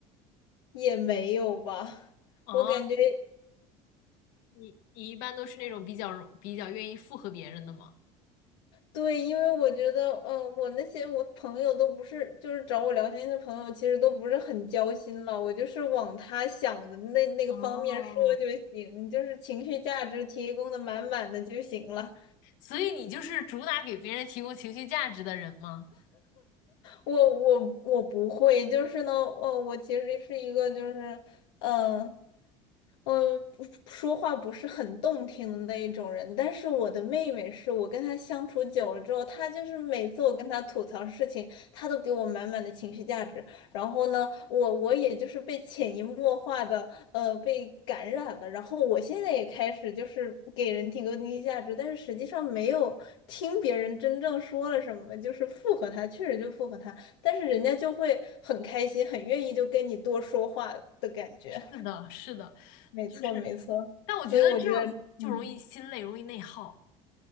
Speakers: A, on the left (about 85°); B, on the left (about 70°).
A: 也没有吧，
B: 哦，
A: 我感觉。
B: 你你一般都是那种比较容比较愿意附和别人的吗？
A: 对，因为我觉得，呃，我那些我朋友都不是，就是找我聊天的朋友，其实都不是很交心了。我就是往他想的那那个方面说就行，
B: 哦，
A: 就是情绪价值提供的满满的就行了。
B: 所以你就是主打给别人提供情绪价值的人吗？
A: 我我我不会，就是呢，我我其实是一个就是，嗯。嗯，不说话不是很动听的那一种人，但是我的妹妹是我跟她相处久了之后，她就是每次我跟她吐槽事情，她都给我满满的情绪价值。然后呢，我我也就是被潜移默化的呃被感染了，然后我现在也开始就是给人提供情绪价值，但是实际上没有听别人真正说了什么，就是附和他，确实就附和他，但是人家就会很开心，很愿意就跟你多说话的感觉。
B: 是的，是的。
A: 没错，
B: 就是，
A: 没错，
B: 但我觉得这样子就容易心累，
A: 所以我觉得，嗯，
B: 容易内耗。